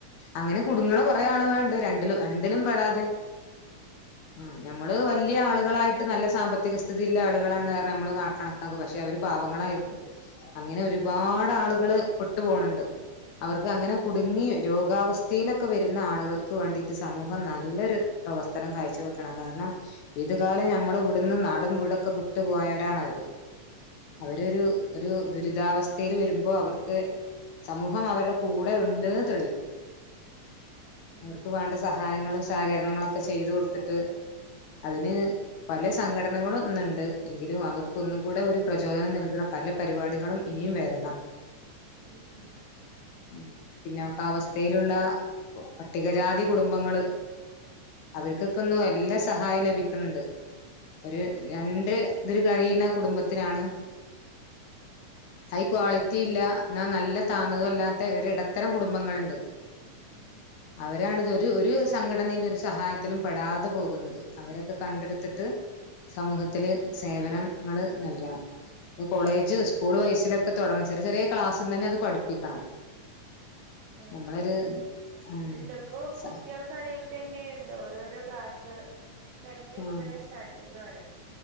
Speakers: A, on the left; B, on the right.
A: അങ്ങനെ കുട്ങ്ങ്ണ കൊറേ ആള്കള്ണ്ട് രണ്ടിലും രണ്ടിലും പെടാതെ ആഹ് ഞമ്മള് വല്ല്യ ആള്കളായിട്ട് നല്ല സാമ്പത്തിക സ്ഥിതിള്ള ആള്കളാണ് നമ്മള് ക കണക്കാക്ക പക്ഷെ അവര് പാവങ്ങളായിരി അങ്ങനെ
B: ഉം
A: ഒരുപാടാള്കള് പെട്ടു പോണ് ണ്ട് അവർക്ക് അങ്ങനെ കുട്ങ്ങി രോഗാവസ്ഥീലൊക്കെ വര്ന്ന ആള്കൾക്ക് വാണ്ടിട്ട് സമൂഹം നല്ലൊര് പ്രവർത്തനം കാഴ്ച്ച വെക്കണം കാര്ണം ഏത് കാലം ഞമ്മള ഇവ്ട്ന്ന് നാടും വീടൊക്കെ വിട്ട് പോയവരാണ് അവര്
B: ഉം
A: അവരൊരു ഒരു ദുരിതാവസ്ഥേൽ വരുമ്പോ അവർക്ക് സമൂഹം അവര്ടെ കൂ ടെ ഇണ്ട്ന്ന് തെളി
B: ഉം
A: അവർക്ക് വേണ്ട സാ സഹായങ്ങളും സഹകരണങ്ങളൊക്കെ ചെയ്ത് കൊട്ത്ത്ട്ട് അതിന്
B: അതെ
A: പലേ സംഘടനകളും ഇന്ന്ണ്ട് എങ്കിലും അവർ ഒന്നും കൂടെ ഒരു പ്രചോദനം നൽക്ണ പല പരിവാടികളും ഇനിയും വരണം
B: ഉം ഉം
A: ഉം പിന്നൊക്ക അവസ്ഥേലുള്ള പട്ടികജാതി കുടുംബങ്ങള് അവര്ക്കൊക്കെ
B: ഉം ഉം ഉം
A: ഒന്നു എല്ലാ സഹായം ലഭിക്ന്ന്ണ്ട് ഒര് രണ്ട്
B: അതെ
A: ഇതില് കഴിയുന്ന കുടുംബത്തിനാണ് ഹൈ
B: ഉം
A: ക്വാളി റ്റിയില്ല ന്നാ നല്ല താന്നതു അല്ലാത്ത ഒരു എടത്തരം കുടുംബങ്ങള്ണ്ട്
B: ഉം
A: അവരാണ്തൊരു ഒരു സംഘടനില്ല ഒരു സഹായത്തിലും പെടാത പോകുന്നത് അവരൊക്കെ കണ്ടെടുത്ത്ട്ട്
B: <inaudible>
A: സമൂഹത്തില്
B: ഉം
A: സേവനം ങ്ങൾ നല്കണം കോളേജ്
B: ഉം
A: സ്കൂൾ വെയ്സിലൊ ക്കെ തൊടങ്ങണം ചെറി ചെറേ ക്ലാസ്സ് ന്നന്നെ അത് പഠിപ്പിക്കണം
B: ഓ <unintelligible>
A: നമ്മളൊരു ഉം
B: ഇണ്ട് ഇപ്പോ
A: സ
B: കു ട്ടേൾക്കാണേൽ തന്നേണ്ട് ഓരോരോ ക്ലാസ്സ് എ ൽ പി
A: ഉം
B: മുതലേ സ്റ്റാട്ടിങ്ങാണ്